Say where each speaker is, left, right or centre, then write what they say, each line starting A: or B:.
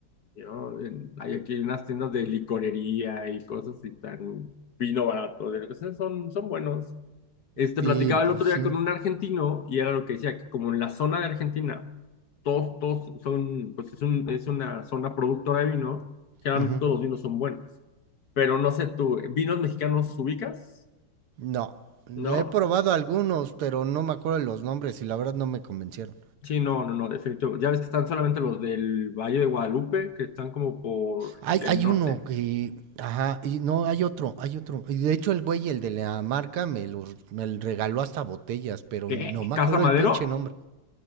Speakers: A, on the left (about 55°); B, on the right (about 85°).
A: Yo, en- hay aquí unas tiendas de licorería y cosas y tan vino barato. De lo que sea, son, son buenos. Este,
B: Y
A: platicaba
B: pues,
A: el otro
B: sí.
A: día con un argentino y era lo que decía, que como en la zona de Argentina todos, todos son, pues es, un, es una zona productora de vino, generalmente
B: ujú.
A: todos los vinos son buenos, pero no sé tú, ¿vinos mexicanos ubicas?
B: No, le
A: ¿No?
B: he probado algunos, pero no me acuerdo de los nombres y la verdad no me convencieron.
A: Sí, no, no, no, definitivo. Ya ves que están solamente los del Valle de Guadalupe, que están como por
B: Hay,
A: el
B: hay
A: norte.
B: uno que, ajá, y no, hay otro, hay otro. Y de hecho el güey, el de la marca, me los, me regaló hasta botellas, pero
A: ¿Qué?
B: no me
A: ¿Casa
B: acuerdo
A: Madero?
B: del pinche nombre.